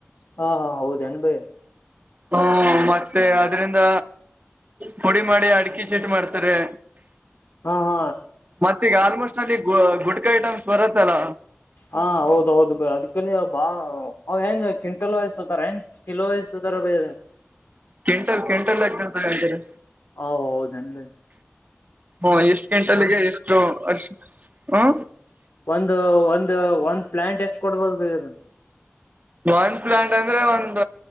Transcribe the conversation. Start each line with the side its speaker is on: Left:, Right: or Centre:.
Left: ಹಾ ಹಾ ಹೌದೇನ್ ಭೈ
Right: ಹೂ ಮತ್ತೆ ಆದ್ದರಿಂದ ಪುಡಿ ಮಾಡಿ ಅಡಿಕೆ ಚೀಟ ಮಾಡ್ತಾ ರೆ
Left: ಹಾ ಹಾ
Right: ಮತ್ತ ಈಗ ಆಲ್ಮೋಸ್ಟ್ ಆಲ್ ಗು ಗುಟ್ಕ ಐಟಮ್ಸ್ ಬರತ್ತಲ್ಲ
Left: ಹಾ ಹೌದ ಹೌದು ಬ ಅದ್ಕಲ್ಲಿ ಬಾ ಅವ ಹೆಂಗ ಕ್ವಿಂಟಲ್ ವೈಸ್ ತೋತಾರ ಹೆಂಗ ಕಿಲೋ ವೈಸ್ ತೊತಾರ ಬೈ
Right: ಕ್ವಿಂಟಲ್ ಕ್ವಿಂಟಲ್ ಲೆಕ್ಕದಲ್ಲಿ ತಗಂತಾರೆ
Left: ಹಾ ಹೌದೇನ ಬೈ
Right: ಹು ಇಷ್ಟ ಕ್ವಿಂಟಲ್ ಗೆ ಎಷ್ಟು ಅಷ್ಟು ಹೂ
Left: ಒಂದು ಒಂದ ಒಂದ್ ಪ್ಲಾಂಟ್ ಎಷ್ಟ್ ಕೊಡ್ಬೋದು ಬೈ ಅದ
Right: ಒಂದ ಪ್ಲಾಂಟ್ ಅಂದ್ರೆ ಒಂದ